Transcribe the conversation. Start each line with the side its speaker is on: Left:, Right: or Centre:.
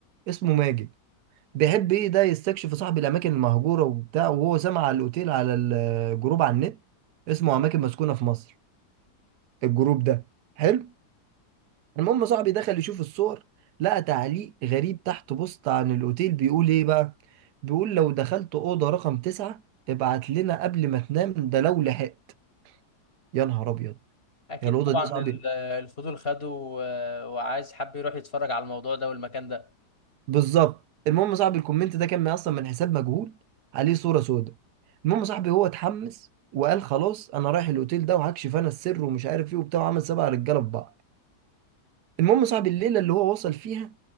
Right: اسمه ماجد بيحب ايه ده يستكشف صاحبي الاماكن المهجوره وبتاع وهو سمع على الاوتيل على الجروب على النت اسمه اماكن مسكونه في مصر الجروب ده حلو المهم صاحبي دخل يشوف الصور لقى تعليق غريب تحت بوست عن الأوتيل بيقول إيه بقى بيقول لو دخلت أوضة رقم تسعة ابعت لنا قبل ما تنام ده لو لحقت يا نهار أبيض
Left: أكيد
Right: يا الأوضة
Left: طبعا
Right: دي يا صاحبي
Left: ال- الفضول خده و- وعايز حب يروح يتفرج على الموضوع ده والمكان ده
Right: بالظبط المهم صاحبي الكومنت ده كان من أصلا من حساب مجهول عليه صورة سوداء المهم صاحبي هو اتحمس وقال خلاص أنا رايح الأوتيل ده وهكشف أنا السر ومش عارف إيه وبتاع وعمل سبع رجالة في بعض المهم صاحبي الليلة اللي هو وصل فيها